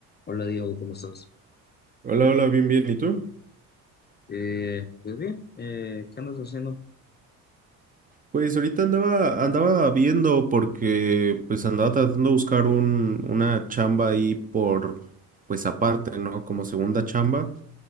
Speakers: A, on the left (about 25°); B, on the right (about 20°).
A: Hola Diego, ¿cómo estás?
B: Hola, hola, bien, bien. ¿Y tú?
A: Eh, pues bien, eh, ¿qué andas haciendo?
B: Pues ahorita andaba, andaba viendo porque pues andaba tratando de buscar un, una chamba ahí por, pues aparte, ¿no? Como segunda chamba.